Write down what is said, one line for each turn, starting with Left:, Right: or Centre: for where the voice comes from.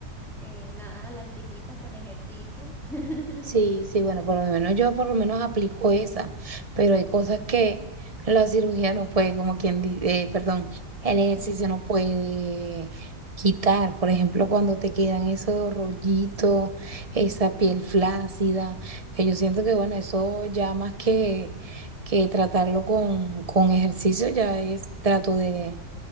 Centre: eh, nada, a la antigüita con ejercicio. <laughs>
Right: Sí, sí, bueno, por lo menos yo por lo menos aplico esa, pero hay cosas que la cirugía no puede, como quien dice, perdón, el ejercicio
Centre: El ejercicio.
Right: no puede quitar. Por ejemplo, cuando te quedan esos rollitos, esa piel flácida, que yo siento que bueno, eso ya más que, que tratarlo con, con ejercicio, ya es trato de,